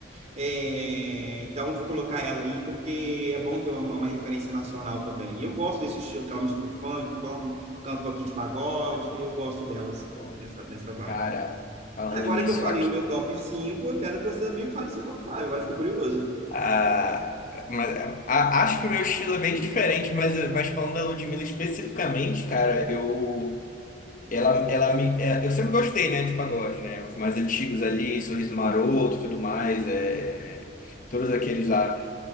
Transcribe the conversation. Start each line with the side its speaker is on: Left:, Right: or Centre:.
Right: é, então eu vou colocar ela aí, porque é bom ter uma, uma referência nacional também, e eu gosto desse estilo que ela mistura o funk, coloca, um, canta um pouquinho de pagode, eu gosto dela, assim,
Left: Bom,
Right: nessa, nessa vibe.
Left: Cara, falando
Right: Agora
Left: nisso,
Right: que eu falei
Left: aqui,
Right: o meu top 5, eu quero que você também fale seu top 5. Agora eu fiquei curioso.
Left: Ah, mas, a- acho que o meu estilo é bem diferente, mas, mas falando da Ludmilla especificamente, cara, eu, ela, ela me, é, eu sempre gostei, né, de pagode, né, os mais antigos ali, Sorriso Maroto e tudo mais, é, todos aqueles lá,